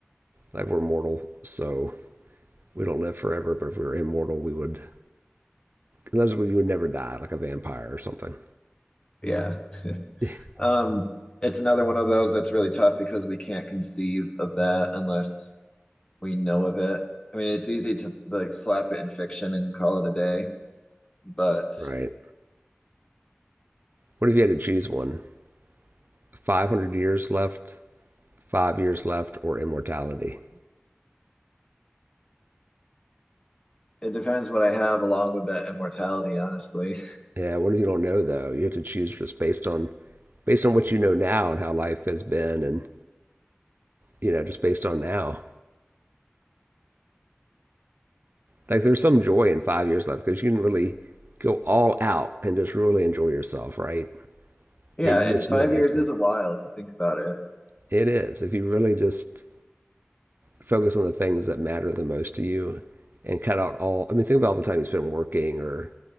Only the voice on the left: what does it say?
Yeah.
Um, it's another one of those that's really tough because we can't conceive of that unless we know of it. I mean, it's easy to like slap it in fiction and call it a day, but
it depends what I have along with that immortality, honestly.
Yeah,
and
five
years is
a while if you think about it.